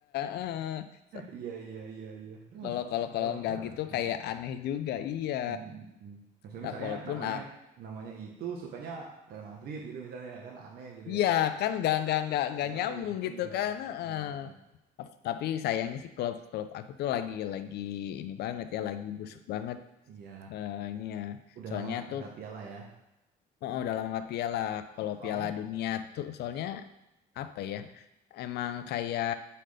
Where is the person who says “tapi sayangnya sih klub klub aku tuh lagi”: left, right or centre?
Left